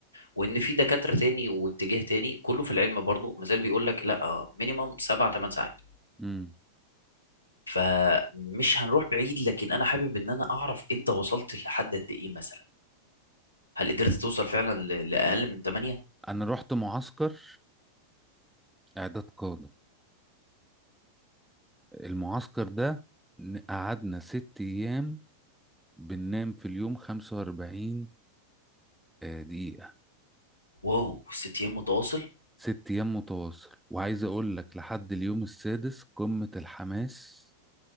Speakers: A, on the left; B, in the centre.
A: وان في دكاتره تاني واتجاه تاني كله في العلم برضو مازال بيقول لك لا مينيمم سبع ثمان ساعات
B: امم
A: فمش هنروح بعيد لكن انا حابب ان انا اعرف انت وصلت لحد قد ايه مثلا هل قدرت توصل فعلا ل- لاقل من 8
B: انا رحت معسكر اعداد قادة المعسكر ده ن- قعدنا ست ايام بننام في اليوم 45 آه، دقيقة
A: واو ست ايام متواصل
B: ست ايام متواصل وعايز اقول لك لحد اليوم السادس قمة الحماس